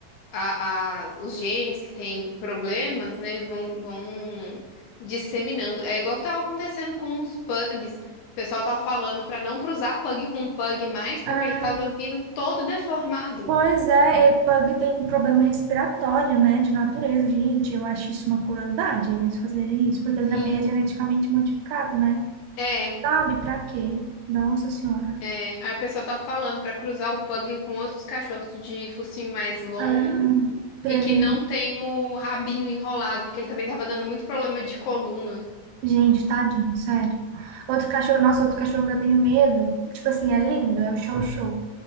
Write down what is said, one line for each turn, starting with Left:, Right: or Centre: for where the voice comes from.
Left: a, a- os genes que têm problemas, né, vão, vão disseminando. É igual que tava acontecendo com os pugs. O pessoal tava falando pra não cruzar pug com pug mais, porque
Right: Ah,
Left: ele tava vindo todo deformado.
Right: pois é, é, pug tem problema respiratório, né, de natureza, gente, eu acho isso uma crueldade, eles fazerem isso, porque
Left: Sim.
Right: ele também é geneticamente modificado, né?
Left: É,
Right: Sabe, pra quê? Nossa senhora.
Left: É, aí o pessoal tá falando pra cruzar o pug com outros cachorros de focinho mais longo
Right: Ah, pra
Left: e
Right: ele.
Left: que não tem o rabinho enrolado, porque ele também tava dando muito problema de coluna.
Right: Gente, tadinho, sério. Outro cachorro, nossa, outro cachorro que eu tenho medo. Tipo assim, é lindo, é o show show.